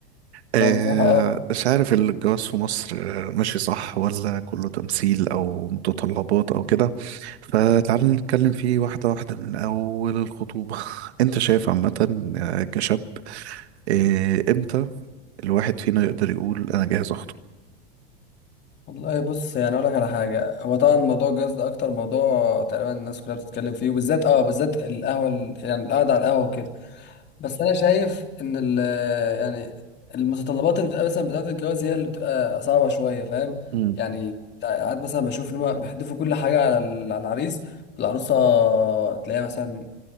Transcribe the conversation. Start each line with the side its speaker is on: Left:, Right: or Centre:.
Right: آه
Left: هو بصراحة اه
Right: مش عارف الجواز في مصر آه، ماشي صح ولا كله تمثيل او متطلبات او كده فتعال نتكلم فيه واحده واحده من اول الخطوبه <laughs> انت شايف عامه آه، كشاب آه امتى الواحد فينا يقدر يقول انا جاهز
Left: والله بص يعني اقول لك على حاجة هو طبعا
Right: اخطب
Left: موضوع الجواز ده اكتر موضوع تقريبا الناس كلها بتتكلم فيه وبالذات اه بالذات القهوة ال- يعني القعدة على القهوة وكده بس انا شايف ان ال يعني المتطلبات اللي بتبقى مثلا بتاعة الجواز هي اللي بتبقى صعبة شوية فاهم
Right: امم
Left: يعني ساعات مثلا بشوف ان هم بيحدفوا كل حاجة على ال- على العريس العروسة تلاقيها مثلا